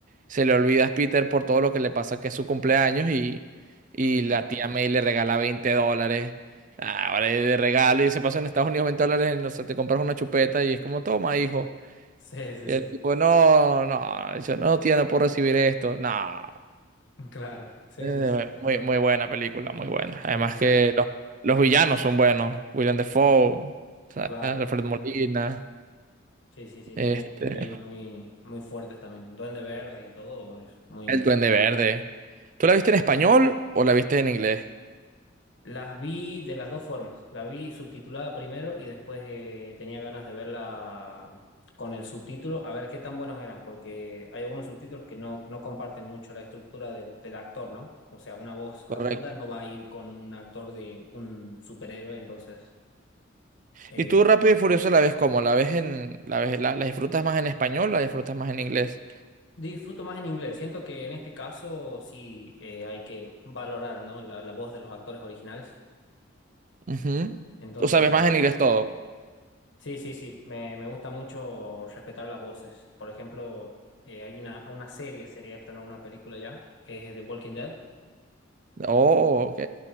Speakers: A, on the right; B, on the left.
A: se le olvida a Peter por todo lo que le pasa que es su cumpleaños y, y
B: Mm,
A: la tía May le regala 20 dólares. Ah, Ahora es de regalo y se pasa en Estados Unidos 20 dólares, no sé, te compras una chupeta y es como, toma, hijo.
B: Sí,
A: Y el
B: sí, sí.
A: tipo, no, no, yo no, tía, no puedo recibir esto. No,
B: sí. Claro. Sí,
A: Eh,
B: sí, sí. Eso.
A: muy, muy buena película, muy buena. Además
B: Es escena.
A: que los, los villanos son buenos. William Dafoe, o sea,
B: Claro.
A: Alfred Molina,
B: Sí, sí, sí.
A: este,
B: Tiene, tiene villanos muy, muy fuertes también. Duende Verde y todo es muy,
A: el Duende Verde. ¿Tú la viste en español o la viste en inglés?
B: Las vi de las dos formas. La vi subtitulada primero y después eh, tenía ganas de verla con el subtítulo, a ver qué tan buenos eran, porque hay algunos subtítulos que no, no comparten mucho la estructura del, del actor, ¿no? O sea, una voz
A: Correcto.
B: aguda no va a ir con un actor de un superhéroe, entonces eh,
A: ¿Y tú Rápido y Furioso la ves cómo? ¿La ves en, la ves, la, la disfrutas más en español o la disfrutas más en inglés?
B: disfruto más en inglés. Siento que en este caso sí eh, hay que valorar, ¿no? La, la voz de los actores originales.
A: Ujú.
B: Entonces,
A: ¿Tú sabes más en inglés todo?
B: Sí, sí, sí, me, me gusta mucho respetar las voces. Por ejemplo, eh, hay una, una serie, sería esta, no una película ya, que es eh, The Walking Dead.
A: Oh, ok.